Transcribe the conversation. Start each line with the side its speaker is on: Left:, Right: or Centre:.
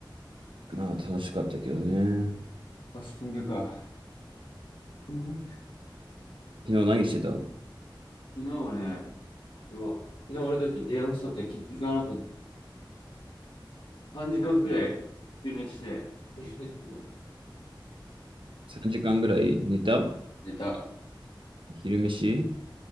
Right: うまあ楽しかったけどね。
Left: ファスティングか。うん昨
Right: 昨日何してたの
Left: 日はね、もう、昨日俺たち電話したって聞かなくて、3時間くらい昼寝して、昼寝っていうか
Right: ?3 時間ぐらい寝た
Left: 寝た。
Right: 昼飯